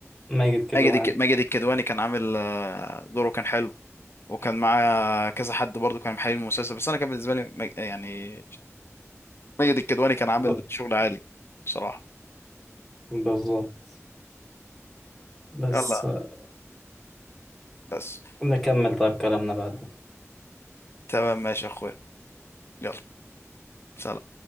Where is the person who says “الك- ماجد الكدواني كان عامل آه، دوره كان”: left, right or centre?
Left